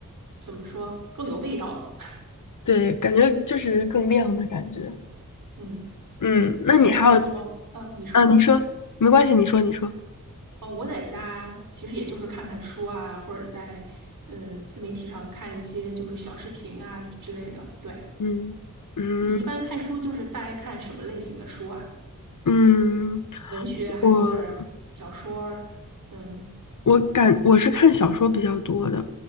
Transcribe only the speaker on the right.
怎么说更有味道了。<laughs>
嗯，
我在家的时候，嗯，你说。
哦，我在家其实也就是看看书啊，或者在嗯自媒体上看一些就是小视频啊之类的。对，
你一般看书就是大概看什么类型的书啊？
文学还是小说儿嗯，